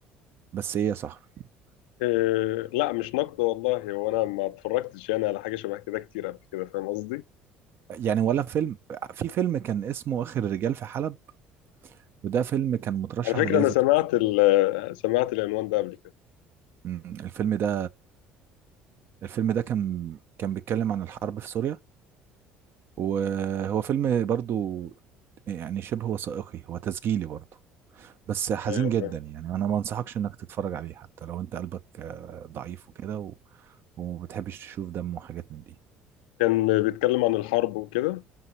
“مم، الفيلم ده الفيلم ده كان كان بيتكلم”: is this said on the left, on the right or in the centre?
Right